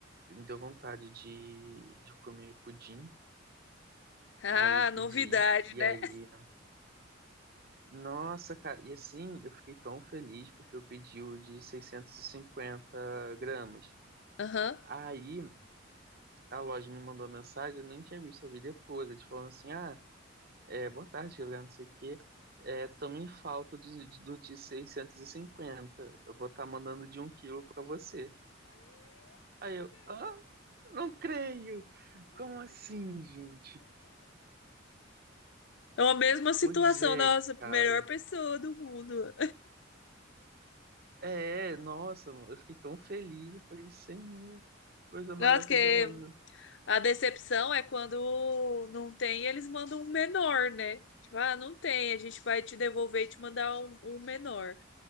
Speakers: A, on the right; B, on the left.
A: me deu vontade de, de comer pudim.
B: Ah,
A: Aí eu pedi.
B: novidade,
A: E
B: né?
A: aí, nossa, cara, e assim eu fiquei tão feliz porque eu pedi o de seiscentos e cinquenta gramas.
B: Aham.
A: Aí a loja me mandou uma mensagem, eu nem tinha visto, eu vi depois. Eles falaram assim: ah. É, boa tarde, Gabriel, não sei o quê. É, tô em falta de- de- do de 650. Eu vou estar mandando de um quilo pra você. Aí eu, ah, não creio! Como assim, gente?
B: É a mesma situação,
A: Pois é,
B: nossa,
A: cara.
B: melhor pessoa do mundo.
A: É, nossa, eu fiquei tão feliz. Eu falei, Senhor, que coisa maravilhosa.
B: Nossa, que a decepção é quando não tem, eles mandam um menor, né? Tipo, ah, não tem, a gente vai te devolver e te mandar um, um menor